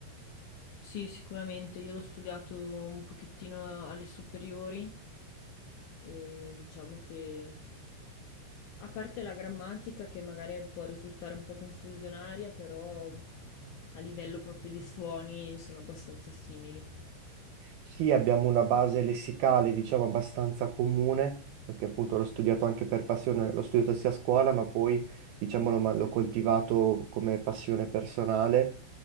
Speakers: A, on the left (about 60°); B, on the right (about 80°).
A: Sì, sicuramente. Io l'ho studiato un pochettino alle superiori e diciamo che A parte la grammatica che magari può risultare un po' confusionaria, però a livello proprio di suoni sono abbastanza simili.
B: Sì, abbiamo una base lessicale, diciamo, abbastanza comune, perché appunto l'ho studiato anche per passione, l'ho studiato sia a scuola, ma poi, diciamo, l'ho l'ho coltivato come passione personale.